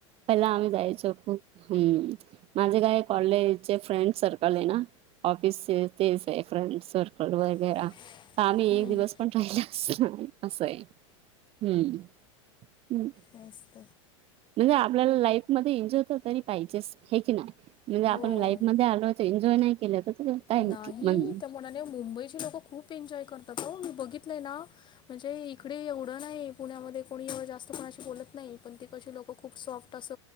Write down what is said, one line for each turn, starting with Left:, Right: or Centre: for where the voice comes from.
Right: पहिला आम्ही जायचो खूप हम्.. माझे काय कॉलेजचे फ्रेंड सर्कल हे ना ऑफिसचे ते.. फ्रेंड सर्कल वेगैरा.
Left: सर्कल.
Right: आ आम्ही
Left: हम्म
Right: एक दिवस पण राहिला अस असं आहे हम् ह्..
Left: म स्त
Right: म्हणजे आपल्याला लाईफ मध्ये एंजॉय होत तरी पाहिजेच हे की नाही म्हणजे आपण
Left: हो
Right: लाईफ मध्ये आलो एन्जॉय नाही केलं तर काय
Left: नाही
Right: म्हण
Left: त्या मनाने मुंबईची लोक खूप खूप एन्जॉय करतात त मी बघितलंय ना म्हणजे इकडे एवढं नाही पुण्यामध्ये कोणी एव जास्त मणाशी बोलत नाही पण ती कशी लोकं खूप सॉफ्ट... तस